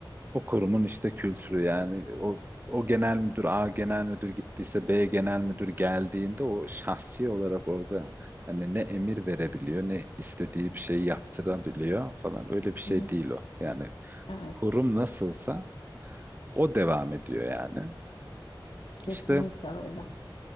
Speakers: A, on the right (about 25°); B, on the left (about 85°).
A: o kurumun işte kültürü yani o o genel müdür A genel müdür gittiyse B genel müdür geldiğinde o şahsi olarak orada hani ne emir verebiliyor ne istediği bir şey yaptırabiliyor falan öyle bir şey
B: Hı hı.
A: değil o. Yani
B: Evet
A: kurum nasılsa o devam ediyor yani.
B: kesinlikle
A: İşte
B: öyle.